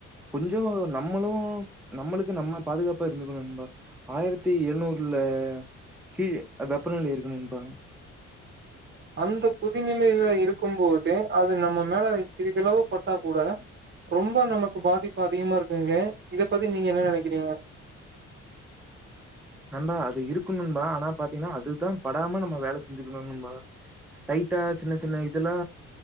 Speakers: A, in the centre; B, on the right.
A: கொஞ்சோ நம்மளு நம்மளுக்கு நம்ம பாதுகாப்பா இருந்துக்கணு நண்பா ஆயிரத்தி எழ்நூ ர்ல ஹீ வெப்பநிலை இருக்கு நண்பா
B: அந்த கொதிநிலையில இருக்கும்போதே அது நம்ம மேல சிறிதளவு பட்டா கூட ரொம்ப நமக்கு பாதிப்பு அதிகமா இருக்குங்ளே இத பத்தி நீங்க என்ன நெனக்ககிறீங்க
A: நண்பா அது இருக்கு நண்பா ஆனா பாத்தீங்கன்னா அதுதா படாம நம்ம வேலை செஞ்சுக்கணு நண்பா டைட்டா சின்ன சின்ன இதெல்லா